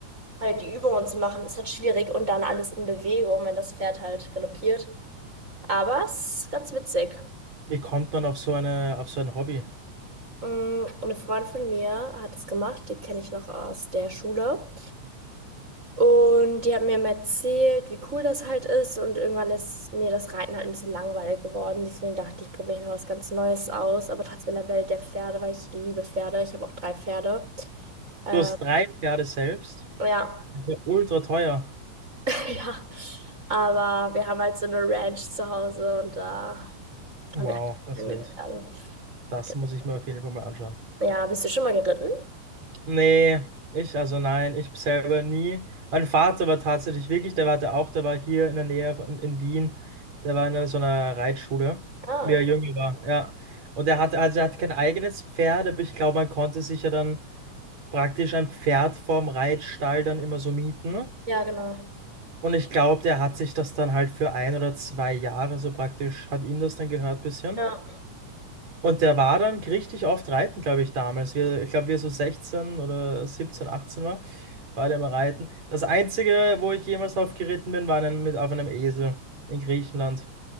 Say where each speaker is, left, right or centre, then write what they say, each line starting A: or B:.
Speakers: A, on the right; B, on the right.
A: halt die Übungen zu machen, ist halt schwierig und dann alles in Bewegung, wenn das Pferd halt galoppiert. Aber es ist ganz witzig.
B: Wie kommt man auf so eine, auf so ein Hobby?
A: Mm, Eine Freundin von mir hat es gemacht, die kenne ich noch aus der Schule. Und die haben mir immer erzählt, wie cool das halt ist. Und irgendwann ist mir das Reiten halt ein bisschen langweilig geworden. Deswegen dachte ich, probiere ich mal was ganz Neues aus. Aber trotzdem in der Welt der Pferde, weil ich liebe Pferde. Ich habe auch drei Pferde. Ähm,
B: Plus drei Pferde selbst.
A: ja,
B: Das ist ja ultra teuer.
A: <laughs> ja. Aber wir haben halt so eine Ranch zu Hause und da
B: Wow.
A: haben wir halt
B: Das
A: keine
B: ist wild.
A: Pferde.
B: Das
A: Genau.
B: muss ich mir auf jeden Fall mal anschauen.
A: Ja, bist du schon mal geritten?
B: Nee, ich, also nein, ich selber nie. Mein Vater war tatsächlich wirklich, der war der auch, der war hier in der Nähe von, in Wien. Der war in einer, so einer Reitschule,
A: Ah,
B: wie er jünger
A: cool.
B: war, ja. Und er hatte, also er hatte kein eigenes Pferd, aber ich glaube, man konnte sich ja dann praktisch ein Pferd vorm Reitstall dann immer so mieten.
A: Ja, genau.
B: Und ich glaube, der hat sich das dann halt für ein oder zwei Jahre so praktisch, hat ihm das dann gehört, bisschen.
A: Ja.
B: Und der war dann richtig oft reiten, glaube ich, damals. Wir, ich glaube, wir so 16 oder 17, 18 war, war der mal reiten. Das Einzige, wo ich jemals drauf geritten bin, war einem, mit, auf einem Esel in Griechenland.